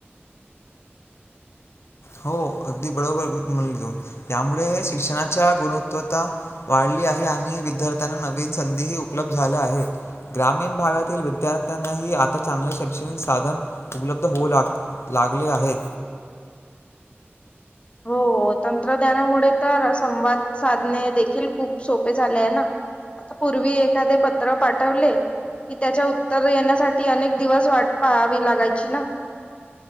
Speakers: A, on the left (about 75°); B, on the left (about 25°).
A: हो अगदी बरोबर म्हणो यामुळे शिक्षणाच्या गुणत्वता वाढली आहे आणि विद्यार्थ्यांना नवीन संधीही उपलब्ध झाल्या आहेत ग्रामीण भागातील विद्यार्थ्यांनाही आता चांगले शैक्षणिक साधन उपलब्ध होऊ लाग लागले आहेत
B: हो. तंत्रज्ञानामुळे तर संवाद साधणे देखील खूप सोपे झाले आहे ना, आता पूर्वी एखादे पत्र पाठवले कि, त्याच्या उत्तर येण्यासाठी अनेक दिवस वाट पाहावी लागायची ना.